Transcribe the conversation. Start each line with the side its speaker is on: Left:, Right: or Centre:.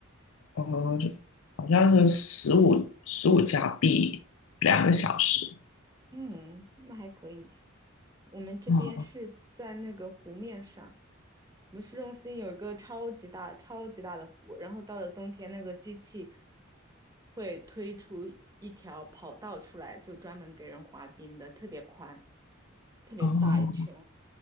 Left: 哦，就好像是十五十五加币两个小时。
Right: 嗯，那还可以。我们这边是在那个湖面上，
Left: 哦
Right: 我们市中心有一个超级大、超级大的湖，然后到了冬天，那个机器会推出一条跑道出来，就专门给人滑冰的，特别宽，特别大一圈。
Left: 哦